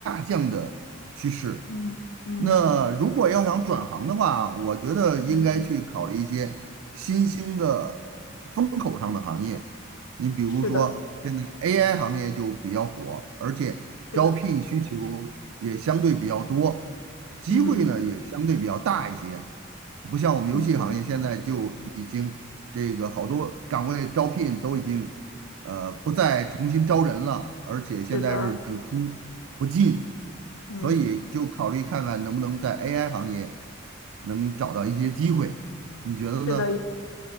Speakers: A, on the right (about 80°); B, on the left (about 85°).
A: 降的趋势。
B: 嗯嗯
A: 那如果要想转行的话，我觉得应该去考虑一些新兴的风口上的行业。
B: 嗯，
A: 你比如说，
B: 是的，
A: 现在 AI 行业就比较火，而且招聘需求也相对比较多，
B: 是的，
A: 机会呢也相对比较大一些。
B: 嗯
A: 不像我们游戏行业现在就已经这个好多岗位招聘都已经呃不再重新招人了，
B: 嗯，
A: 而且现在是只出不进。
B: 是的，嗯
A: 所以就考虑看看能不能在 AI 行业能找到一些机会，你觉得呢？
B: 是的，